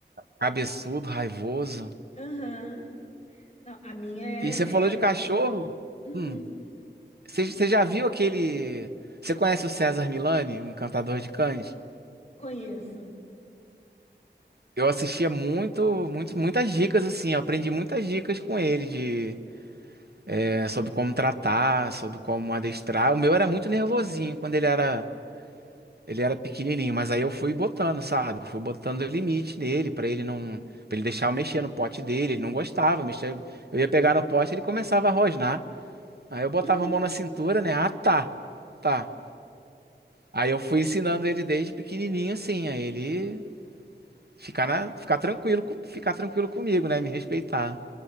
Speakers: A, on the right (about 60°); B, on the left (about 35°).
A: Cabeçudo, raivoso.
B: Aham. Não, a minha é,
A: E você falou de
B: é...
A: cachorro?
B: tensa. Hum.
A: Hum. Você você já viu aquele. Você conhece o César Milani, o encantador de cães?
B: Conheço.
A: Eu assistia muito, muito, muitas dicas assim, eu aprendi muitas dicas com ele de é, sobre como tratar, sobre como adestrar. O meu era muito nervosinho quando ele era ele era pequenininho, mas aí eu fui botando, sabe? Eu fui botando limite nele pra ele não pra ele deixar eu mexer no pote dele, ele não gostava, eu mexia, eu ia pegar no pote, ele começava a rosnar. Aí eu botava
B: Hum,
A: a mão na cintura, né? Ah, tá. Tá. Aí eu fui ensinando ele desde pequenininho, assim, a ele ficar na, ficar tranquilo, com- ficar tranquilo comigo, né, me respeitar.